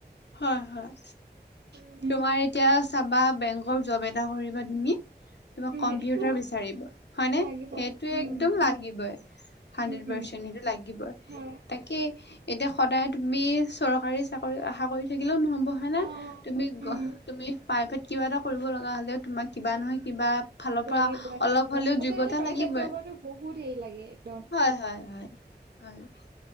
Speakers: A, on the left (about 85°); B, on the right (about 70°).
A: হয়-হয়।
B: উম
A: তোমাৰ এতিয়া চাবা বেংকৰ জব এটা কৰিবা তুমি তোমাক
B: উম
A: কম্পিউটাৰ
B: সেইটোতো
A: বিচাৰিব হয়নে,
B: লাগিবই
A: সেইটো
B: উম
A: একদম লাগিবই। হাড্ৰেড
B: উম উম
A: পাৰ্চেন্ট সেইটো লাগিব
B: হয়
A: তাকে এতিয়া সদায় তুমি চৰকাৰী চাকৰি আশা কৰি থাকিলেও নহব হয়নে?
B: অ
A: তুমি,
B: উম
A: তুমি প্ৰাইভেট কিবা এটা কৰিব লগা হ'লেও তোমাক কিবা
B: হয়
A: নহয় কিবা ফালৰ পৰা
B: লাগিবই
A: অলপ হলেও
B: আজিকালি
A: যোগ্যতা
B: প্ৰাইভেট
A: লাগিবয়ে।
B: জবতো বহুত হেৰি লাগে একদম
A: হয়-হয়-হয়-হয়।